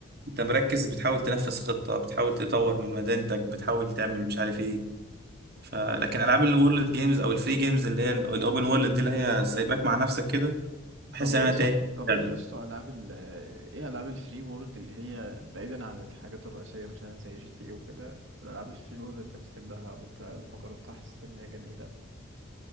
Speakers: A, on the right; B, on the right.
A: انت مركز بتحاول تنفذ خطه بتحاول تطور من مدينتك بتحاول تعمل مش عارف ايه فلكن العاب الورلد جيمز او الفري جيمز اللي هي الاوبن وورلد دي اللي هي سايباك مع نفسك كده بحس
B: طب
A: ان
B: ايه
A: انا
B: صح
A: تاني
B: طب
A: لعبة.
B: ايه يا اسطى العاب ال ايه العاب الفري وورلد اللي هي بعيدا عن الحاجات الرئيسيه مثلا زي جي تي اي وكده الالعاب الفري وورلد انت بتحبها وانت لما جربتها حسيت ان هي جميله